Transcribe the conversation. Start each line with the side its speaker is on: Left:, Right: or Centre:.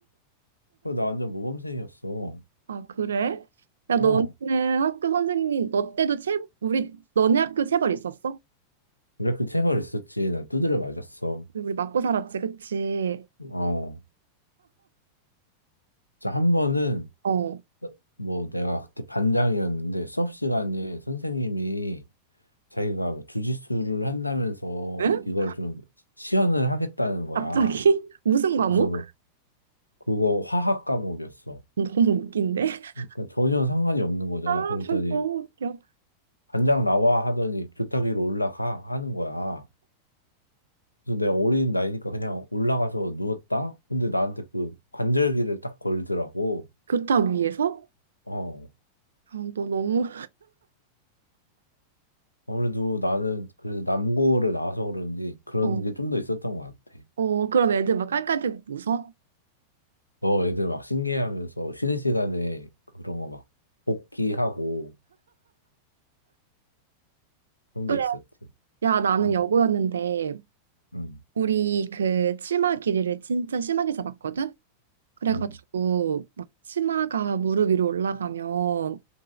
Left: 그래서 나 완전 모범생이었어.
Right: 아, 그래? 야, 너는
Left: 어,
Right: 학교 선생님, 너 때도 체, 우리, 너네 학교 체벌 있었어?
Left: 이렇게 체벌 있었지. 나 두드려 맞았어.
Right: 우리 우리 맞고 살았지, 그치?
Left: 어, 진짜 한 번은
Right: 어,
Left: 뭐 내가 그때 반장이었는데 수업 시간에 선생님이 자기가 뭐 주짓수를 한다면서
Right: 응?
Left: 이걸 좀 시연을 하겠다는 거야.
Right: 갑자기? <laughs> 무슨 과목?
Left: 그래서 뭐 그거 화학 과목이었어.
Right: 너무 웃긴데? <laughs>
Left: 그러니까 전혀 상관이 없는 거잖아.
Right: 아,
Left: 그랬더니
Right: 너무 웃겨.
Left: 반장 나와 하더니 교탁 위로 올라가 하는 거야. 그래서 내가 어린 나이니까 그냥 올라가서 누웠다? 근데 나한테 그 관절기를 딱 걸더라고.
Right: 교탁 위에서?
Left: 어.
Right: 아, 너 너무,
Left: 아무래도 나는 그래서 남고를 나와서 그런지 그런
Right: 어.
Left: 게 좀 더 있었던 것 같아.
Right: 어, 그럼 애들 막 깔깔대고 웃어?
Left: 어, 애들 막 신기해하면서 쉬는 시간에 그런 거 막 복귀하고 그런
Right: 그래.
Left: 게 있었지.
Right: 야, 나는
Left: 응,
Right: 여고였는데
Left: 응,
Right: 우리 그 치마 길이를 진짜 심하게 잡았거든? 그래가지고
Left: 응,
Right: 막 치마가 무릎 위로 올라가면